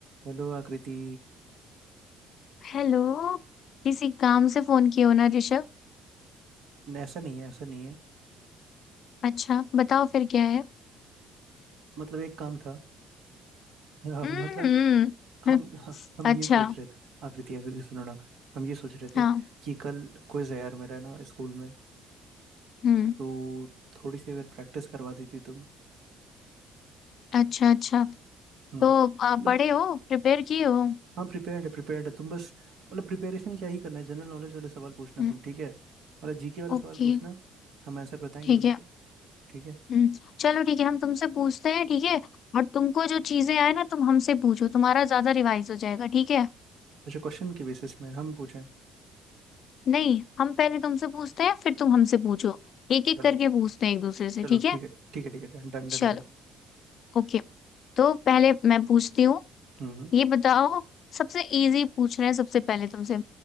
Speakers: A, on the right; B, on the left.
A: Hello Akriti
B: हेलो किसी काम से फोन किया हो ना ऋषभ
A: न, ऐसा नहीं है ऐसा नहीं है
B: अच्छा बताओ फिर क्या है
A: मतलब एक काम था अ,
B: हम्म
A: मतलब हम
B: <laughs>
A: हम ये
B: अच्छा
A: सोच रहे थे आकृति आकृति सुनो ना हम ये सोच रहे
B: हाँ
A: थे कि कल क्विज है यार मेरा ना स्कूल में
B: हम्म
A: तो थोड़ी सी अगर प्रैक्टिस करवा देती तुम
B: अच्छा अच्छा
A: हम्म
B: तो आ,
A: मतलब
B: पढ़े हो प्रिपेयर किए हो
A: हाँ प्रिपेयर्ड है प्रिपेयर्ड है तुम बस मतलब प्रिपेरेशन क्या ही करना है जनरल नॉलेज वाले सवाल पूछना
B: हम्म,
A: तुम ठीक है मतलब जीके वाला सवाल
B: ओके
A: पूछना हम आंसर बताएंगे
B: ठीक
A: तुमको
B: है
A: ठीक है
B: हम्म चलो ठीक है हम तुमसे पूछते हैं ठीक है और तुमको जो चीजें आए ना तुम हमसे पूछो तुम्हारा ज्यादा रिवाइज हो जाएगा ठीक है
A: अच्छा क्वेश्चन के बेसिस में हम पूछें
B: नहीं हम पहले तुमसे पूछते हैं फिर तुम हमसे पूछो एक एक
A: चलो
B: करके पूछते हैं एक दूसरे से
A: चलो
B: ठीक है
A: ठीक है ठीक है ठीक है डन डन
B: चलो
A: डन डन
B: ओके तो पहले मैं पूछती हूँ
A: हम्म
B: ये बताओ सबसे इजी पूछ रहे हैं सबसे पहले तुमसे